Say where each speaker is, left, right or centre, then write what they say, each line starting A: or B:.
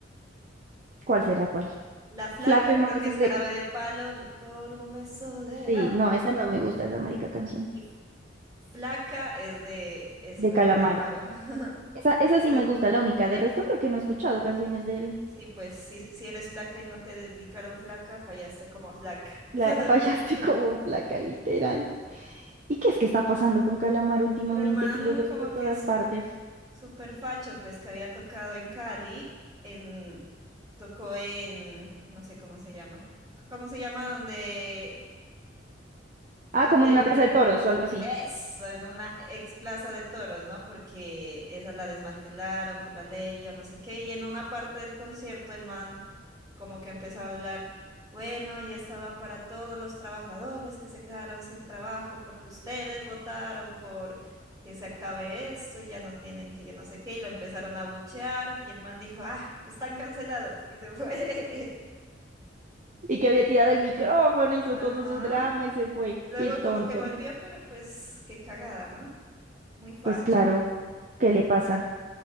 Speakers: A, on the right; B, on the right.
A: ¿Cuál será cuál?
B: La flaca
A: Flaca nomás
B: creo que es
A: es de.
B: jarabe de palo l- por un beso de
A: Sí,
B: la
A: no,
B: flaca.
A: esa no me gusta, esa marica canción.
B: Y flaca es de, es
A: De
B: de
A: Calamaro.
B: Calamaro. <laughs>
A: Esa, esa
B: Pero
A: sí me gusta, la única. De resto creo que no he escuchado canciones de él.
B: Sí, pues si, si eres flaca y no te dedicaron flaca, fallaste como flaca.
A: La,
B: <laughs>
A: <laughs> fallaste como Flaca, literal. ¿Y qué es que está pasando con Calamaro últimamente
B: Pero el man
A: que lo veo
B: como
A: por todas
B: que es súper,
A: partes?
B: súper facho, pues que había tocado en Cali, en, tocó en, no sé cómo se llama, ¿cómo se llama? Donde,
A: Ah,
B: donde
A: como en una plaza de toros o algo así.
B: Eso, en una ex plaza de toros, ¿no? Porque esa la desmantelaron por la ley y yo no sé qué. Y en una parte del concierto el man como que empezó a hablar, bueno, ya estaba para todos los trabajadores que se quedaron sin trabajo porque ustedes votaron por que se acabe esto y ya no tienen que yo no sé qué. Y lo empezaron a buchear y el man dijo, ah, están cancelados. Y se fue. <laughs>
A: Y que había tirado el micrófono, hizo
B: Ajá.
A: todo su drama y se fue.
B: Luego
A: Qué tonto.
B: como que volvió, pero pues qué cagada, ¿no? Muy facho.
A: Pues claro, ¿qué le pasa?